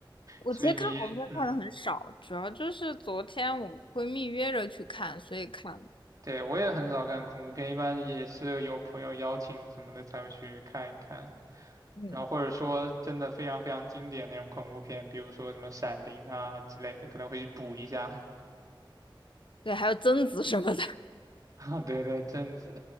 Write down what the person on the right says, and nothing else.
所以你，嗯，
对，我也很少看恐怖片，一般也是有朋友邀请什么的才会去看一看。
然后或者说真的非常非常经典那种恐怖片，比如说什么《闪灵》啊之类的，可能会去补一下。
<laughs> 啊对对，贞子